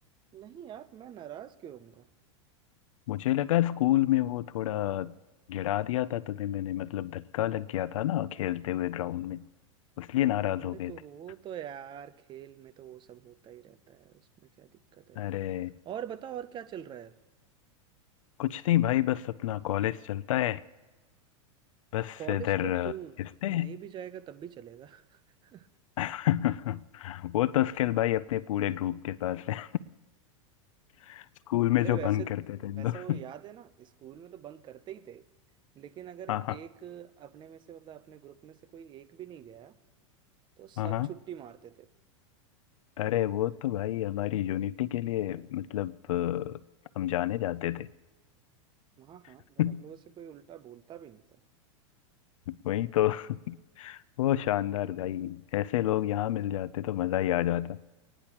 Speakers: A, on the right; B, on the left.
A: नहीं यार मैं नाराज क्यों होऊंगा
B: मुझे लगा स्कूल में वो थोड़ा गिरा दिया था तुम्हें मैंने मतलब धक्का लग गया था ना खेलते हुए ग्राउंड में इसलिए नाराज
A: अरे
B: हो गए
A: तो वो
B: थे
A: तो यार खेल में तो वो सब होता ही रहता है उसमें क्या दिक्कत है
B: अरे
A: और बताओ और क्या चल रहा है
B: कुछ नहीं भाई बस अपना कॉलेज चलता है बस
A: कॉलेज
B: इधर
A: तो
B: अ,
A: तू
B: खिसते हैं
A: नहीं भी जाएगा तब भी चलेगा <laughs>
B: <laughs> वो तो स्किल भाई अपने पूरे ग्रुप के पास है <laughs> स्कूल में
A: अरे
B: जो
A: वैसे
B: भंग करते थे हम
A: वैसे
B: लोग
A: वो याद है ना स्कूल में तो बंक करते ही थे लेकिन अगर
B: <laughs> हाँ हाँ
A: एक अपने में से मतलब अपने ग्रुप में से कोई एक भी नहीं गया तो सब
B: हाँ हाँ
A: छुट्टी मारते थे
B: अरे वो तो भाई हमारी यूनिटी के लिए मतलब अ, हम जाने जाते थे
A: हाँ हाँ
B: <laughs>
A: और हम लोगों से कोई उल्टा बोलता भी नहीं था
B: वही तो <laughs> वो शानदार भाई ऐसे लोग यहाँ मिल जाते तो मजा ही आ जाता